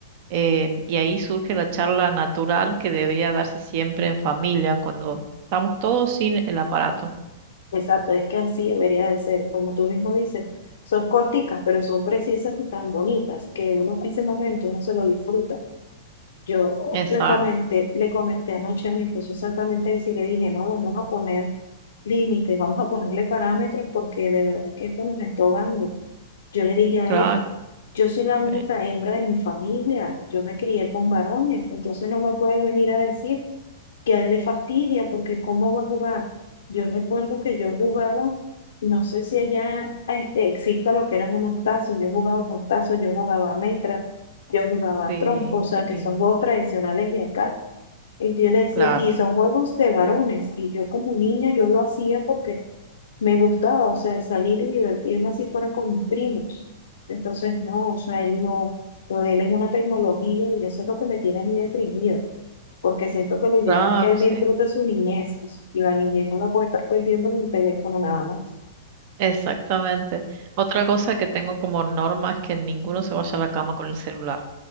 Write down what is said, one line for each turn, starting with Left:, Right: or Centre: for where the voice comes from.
Right: eh, y ahí surge la charla natural que debería darse siempre en familia, cuando estamos todos sin el aparato.
Left: exacto, es que así debería de ser, como tú mismo dices. Son corticas, pero son precisas y tan bonitas que uno en ese momento uno se lo disfruta. Yo
Right: Exacto,
Left: le comenté, le comenté anoche a mi esposo exactamente eso y le dije, no, vamos a poner límites, vamos a ponerle parámetros porque de verdad que esto nos está ahogando. Yo le dije a
Right: claro,
Left: él, yo soy la única
Right: sí,
Left: hembra de mi familia, yo me crié con varones, entonces no me puedes venir a decir que a él le fastidia porque cómo va a jugar. Yo recuerdo que yo jugaba, no sé si allá este, exista lo que eran unos tazos, yo jugaba con tazos, yo jugaba a metra, yo jugaba a
Right: sí,
Left: trompo, o sea,
Right: qué lindo,
Left: que son juegos tradicionales de acá. Y yo le decía,
Right: claro,
Left: y son juegos de varones. Y yo como niña, yo lo hacía porque me gustaba, o sea, salir y divertirme así fuera con mis primos. Entonces, no, o sea, él no, lo de él es una tecnología y eso es lo que me tiene a mí deprimida. Porque siento que lo ideal
Right: claro,
Left: es que él
Right: sí.
Left: disfrute su niñez y su- y la niñez no la puede estar perdiendo con un teléfono nada más.
Right: Exactamente. Otra cosa que tengo como norma es que ninguno se vaya a la cama con el celular,